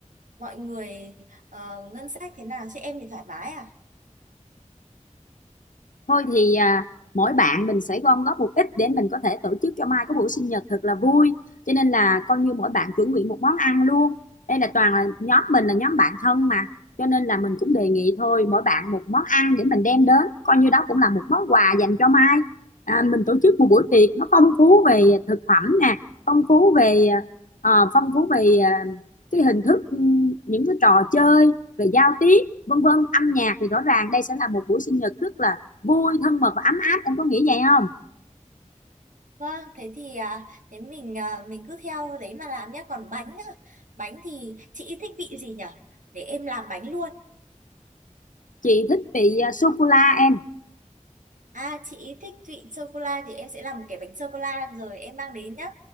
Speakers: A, on the right (about 80°); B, on the left (about 80°).
A: mọi người ờ, ngân sách thế nào chứ em thì thoải mái à
B: thôi thì à, mỗi bạn mình sẽ gom góp một ít để mình có thể tổ chức cho Mai có buổi sinh nhật thật là vui cho nên là coi như mỗi bạn chuẩn bị một món ăn luôn đây là toàn là nhóm mình là nhóm bạn thân mà cho nên là mình cũng đề nghị thôi mỗi bạn một món ăn để mình đem đến coi như đó cũng là một món quà dành cho Mai à, mình tổ chức một buổi tiệc nó phong phú về thực phẩm nè phong phú về ờ, phong phú về ờ, cái hình thức ừm, những cái trò chơi về giao tiếp vân vân âm nhạc thì rõ ràng đây sẽ là một buổi sinh nhật rất là vui thân mật và ấm áp em có nghĩ vậy không
A: Vâng, thế thì à, thế mình à, mình cứ theo đấy mà làm nhé. Còn bánh á, bánh thì chị thích vị gì nhở Để em làm bánh luôn.
B: chị thích vị à, sô cô la em
A: À, chị thích vị sô cô la thì em sẽ làm một cái bánh sô cô la rồi em mang đến nhá.